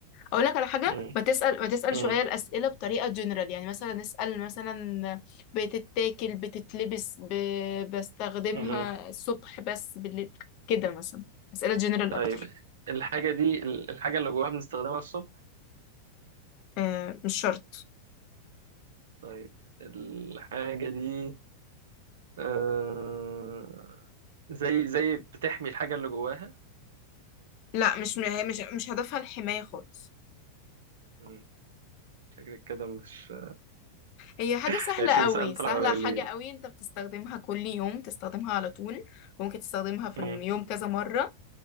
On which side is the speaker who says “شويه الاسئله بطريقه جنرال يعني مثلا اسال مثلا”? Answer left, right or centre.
Left